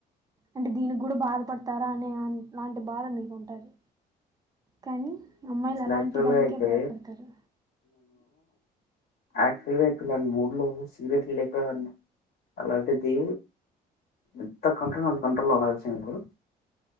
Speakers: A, on the right; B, on the left.
A: అంటే దీనికి కూడా బాధపడతారా అనే లాంటి బాధ మీకు ఉంటది కానీ అమ్మాయిలు అలాంటి
B: యాక్చువల్
A: దానికే
B: గా అయితే
A: భాయపడతారు
B: యాక్చువల్గా అయిపోని మూడు లో సిగరెట్లు లేపోేదన్ని అలాంటి దీ ఎంత కంట్రోల్ లో అంటే అంత కంట్రోల్ లో ఉన్న తెల్సఇప్పుడు